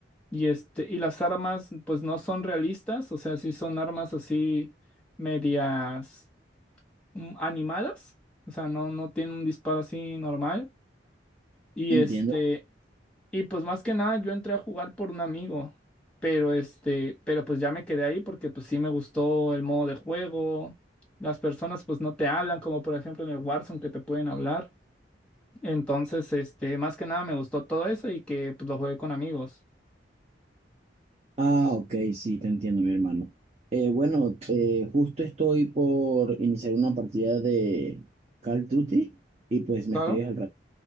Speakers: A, in the centre; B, on the right.
A: y, este, y las armas pues no son realistas, o sea, sí son armas así medias mm, animadas, o sea, no, no tienen un disparo así normal. Y
B: Entiendo.
A: este, y pues más que nada yo entré a jugar por un amigo, pero este, pero pues ya me quedé ahí porque pues sí me gustó el modo de juego. Las personas pues no te hablan, como por ejemplo en el Warzone que te pueden hablar. Entonces, este, más que nada me gustó todo eso y que pues lo jugué con amigos.
B: Ah, ok, sí, te entiendo, mi hermano. Eh, bueno, eh, justo estoy por iniciar una partida de Call of Duty y pues
A: Claro.
B: me escribes al rato.